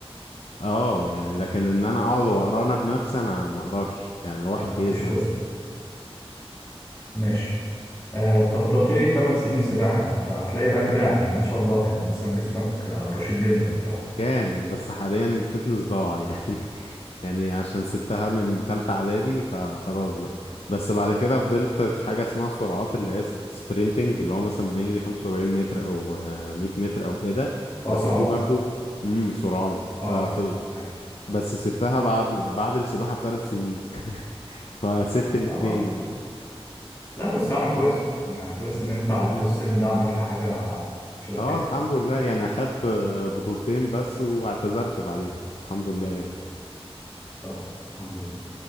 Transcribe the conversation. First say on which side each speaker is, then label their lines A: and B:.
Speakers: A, on the left (about 75°); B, on the left (about 30°).
A: اه يعني لكن ان انا اقعد واقرا انا بنفسي انا ما اقدرش يعني الواحد
B: لا ما
A: بيزهق
B: فيش خلق ماشي آه، طب أنت قلت لي 8 سنين سباحة ده أنت هتلاقي بقى كده يعني ما شاء الله كان مثلا جسمك آه، رشيق جدا وقتها
A: كام بس حاليا الفتنس ضاع يعني <laughs> يعني عشان سبتها من تالتة اعدادي فخلاص بقى بس بعد كده فضلت في حاجة اسمها سرعات اللي هي سبرينتنج اللي هو مثلا بنجري 75 متر او آه، 100 متر او كده
B: في
A: بس
B: أسرع
A: دي
B: وقت
A: برضو امم سرعات فف
B: أه أيوه
A: بس سبتها بعد بعد السباحة بثلاث سنين <laughs> فسبت الاتنين
B: ما برضه
A: يعني
B: لا لا بس تعمل كويس يعني كويس ان انت على الاقل في السن ده عملت حاجه شبه
A: اه
B: كده
A: الحمد لله يعني اخدت آه، بطولتين بس واعتزلت بعديها الحمد لله يعني
B: طب الحمد لله